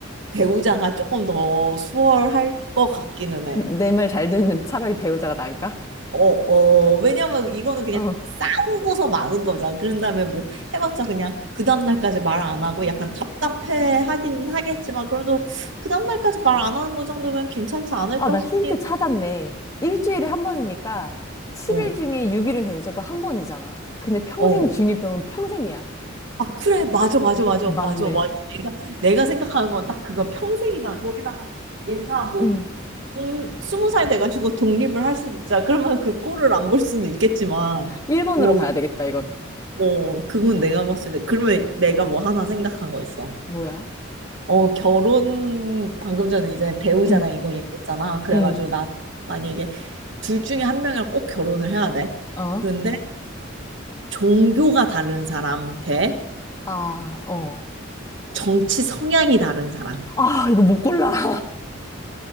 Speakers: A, on the right; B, on the left.
A: 배우자가 조금 더 수월할 것 같기는 해.
B: 내 말 잘 듣는 차라리 배우자가 나은가?
A: 어, 어, 왜냐면 이거는 그냥
B: 어.
A: 싸우고서 마는 거잖아. 그런 다음에 뭐 해봤자 그냥 그 다음날까지 말 안 하고 약간 답답해 하긴 하겠지만 그래도 그 다음날까지 말 안 하는 거 정도면 괜찮지 않을까
B: 아, 나
A: 싶긴.
B: 힌트 찾았네. 일주일에 한 번이니까 7일
A: 어,
B: 중에 6일은 괜찮고 한 번이잖아. 근데 평생
A: 어.
B: 중이병은 평생이야.
A: 아, 그래. 맞아, 맞아, 맞아,
B: 맞네.
A: 맞아, 맞아. 내가, 내가 생각하는 건 딱 그거 평생이잖아. 거기다가 얘가 뭐
B: 응.
A: 돈 스무 살 돼가지고 독립을 할 수도 있잖아. 그러면 그 꼴을 안 볼 수는 있겠지만,
B: 1번으로
A: 뭐,
B: 가야 되겠다, 이건.
A: 어, 그건 내가 봤을 때, 그러면 내가 뭐 하나 생각한 거 있어.
B: 뭐야?
A: 어, 결혼, 방금 전에 이제 배우자랑
B: 응,
A: 이거 얘기했잖아. 그래가지고
B: 응,
A: 난 만약에 둘 중에 한 명이랑 꼭 결혼을 해야 돼.
B: 어?
A: 그런데 종교가 다른 사람 대
B: 아, 어.
A: 정치 성향이 다른 사람.
B: 아, 이거 못 골라. <laughs>